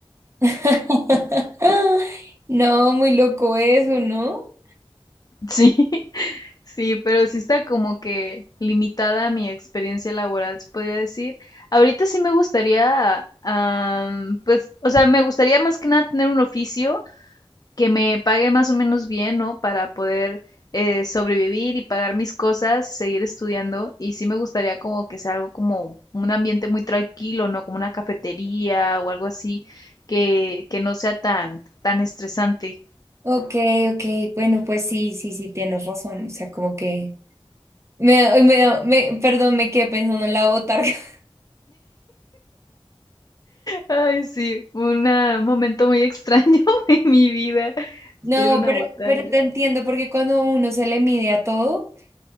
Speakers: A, on the right (about 30°); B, on the left (about 40°).
A: <laughs> No, muy loco eso, ¿no?
B: Sí, <laughs> sí, pero sí está como que limitada mi experiencia laboral, se podría decir. Ahorita sí me gustaría, am, pues, o sea, me gustaría más que nada tener un oficio que me pague más o menos bien, ¿no? Para poder eh, sobrevivir y pagar mis cosas, seguir estudiando. Y sí me gustaría como que sea algo como un ambiente muy tranquilo, ¿no? Como una cafetería o algo así, que, que no sea tan, tan estresante.
A: Ok, ok, bueno, pues sí, sí, sí, tienes razón, o sea, como que, me, me, me- perdón, me quedé pensando en la botarga. <laughs>
B: Ay, sí, un momento muy extraño <laughs> de mi vida,
A: No,
B: ser una
A: pero,
B: botarga.
A: pero te entiendo, porque cuando uno se le mide a todo,